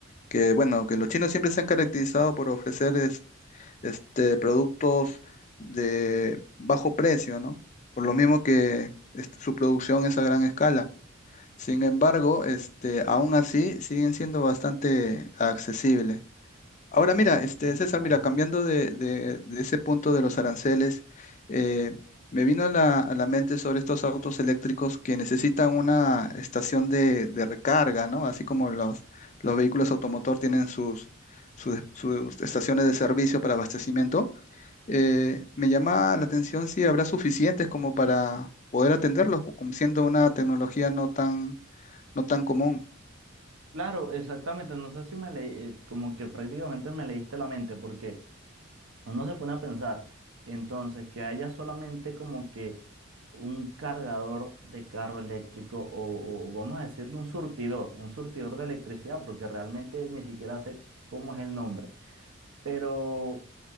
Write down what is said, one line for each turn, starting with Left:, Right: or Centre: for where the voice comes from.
Left: que, bueno, que los chinos siempre se han caracterizado por ofrecer es- este, productos de bajo precio, ¿no? Por lo mismo que este, su producción es a gran escala. Sin embargo, este, aún así siguen siendo bastante accesibles. Ahora mira,
Right: Sí,
Left: este
Right: sí,
Left: César,
Right: claro.
Left: mira, cambiando de, de- de ese punto de los aranceles, eh, me vino a la, a la mente sobre estos autos eléctricos que necesitan una estación de, de recarga, ¿no? Así como los, los vehículos automotor tienen sus, sus, sus estaciones de servicio para abastecimiento. eh, me llama la atención si habrá suficientes como para poder atenderlos, como siendo una tecnología no tan, no tan común.
Right: Claro, exactamente. No sé si me leí, eh, como que prácticamente me leíste la mente, porque uno se pone a pensar, entonces, que haya solamente como que un cargador de carro eléctrico o, o vamos a decirle un surtidor, un surtidor de electricidad, porque realmente ni siquiera sé cómo es el nombre. Pero